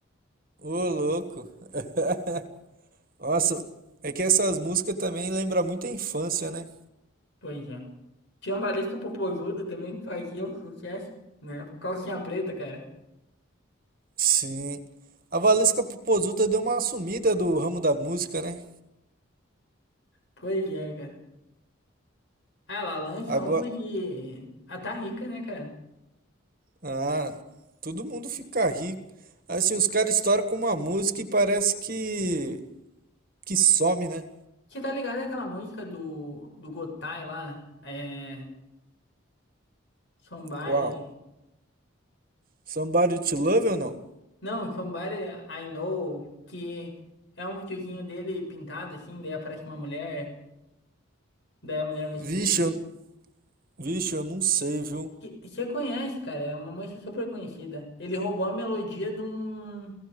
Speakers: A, on the right; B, on the left.
A: Ô, louco. <laughs> Nossa, é que essas músicas também lembram muito a infância, né?
B: Pois é. Tinha a Valesca Popozuda também que fazia o sucesso, né? Calcinha preta, cara.
A: Sim. A Valesca Popozuda deu uma sumida do ramo da música, né?
B: Pois é, cara. Ah, Ela lança
A: Agora.
B: uma que. Ah, tá rica, né, cara?
A: Ah, todo mundo fica rico. Assim, os caras estouram com uma música e parece que. que some, né?
B: Você tá ligado àquela música do, do Gotye lá? É. Somebody.
A: Qual? Somebody to Love ou não?
B: Não, Somebody I Know, que é um videozinho dele pintado assim, daí aparece uma mulher, daí a mulher vai
A: Vixe,
B: sumindo.
A: eu, vixe, eu não sei, viu?
B: Que- Você conhece, cara, é uma música super conhecida. Ele roubou a melodia de um,